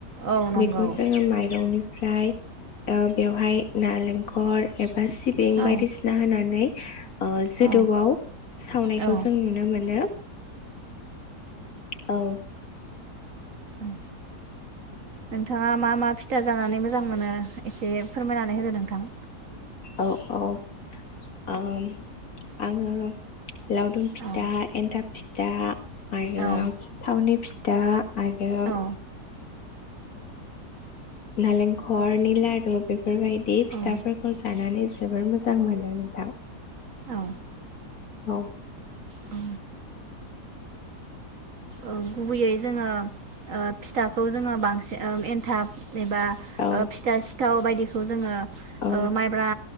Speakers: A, on the right; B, on the left.
A: औ नंगौ
B: बेखौ जोङो माइरंनि फ्राय ओ बेवहाय नालेंखर ए बा सिबिं
A: औ
B: बायदिसि ना होनानै जोदौआव
A: औ
B: सावनायखौ
A: औ
B: जों नुनो मोनो। औ।
A: ओं नोंथाङा मा मा फिथा जानानै मोजां मोनो। एसे फोरमायना नै होदो नोंथां?
B: औ औ ओ आङो लावदुम फिथा,
A: औ
B: एन्थाब फिथा। आरो
A: औ
B: थावनि फि दा। आरो
A: औ
B: नालेंखरनि लादु बेफोरबायदि फिथाफोरखौ
A: औ
B: जानानै जोबोर मोजां मोनो नोंथां।
A: औ
B: औ।
A: औ ओ गुबैयै जोङो ओ फिथाखौ जोङो बांसिन ओ एन्थाब एबा
B: औ
A: ओ फिथा सिथाव बायदि। बेखौ जोङो ओ
B: औ
A: माइब्रा